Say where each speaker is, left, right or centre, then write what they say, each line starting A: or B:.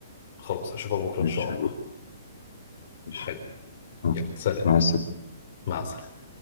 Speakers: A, on the left (about 35°); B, on the left (about 60°).
A: خلاص اشوفك بكرة
B: ماشي
A: ان شاء
B: حبيبي
A: الله
B: ماشي
A: حلو
B: آه،
A: يلا سلام
B: مع السلامة
A: مع السلامة